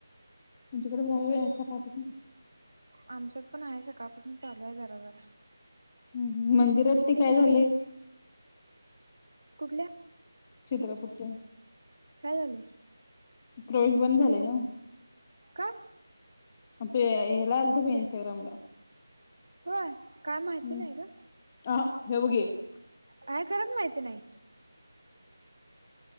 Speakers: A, on the left; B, on the right.
A: आमच्याकडे नाहीये सकाळपासन
B: आमच्यात पण आहे सकाळपासून चालू आहे. जरा जरा
A: हम्म हम्म मंदिरात ते काय झालंय.
B: कुठल्या?
A: छद्रापूरच्या
B: काय झाले.
A: प्रवेश बंद झालाय ना.
B: का
A: ते ह्याला आलंत बघ इंस्टाग्रामला
B: होय काय माहिती
A: <unintelligible>
B: नाही ग आहे खरंच माहिती नाही.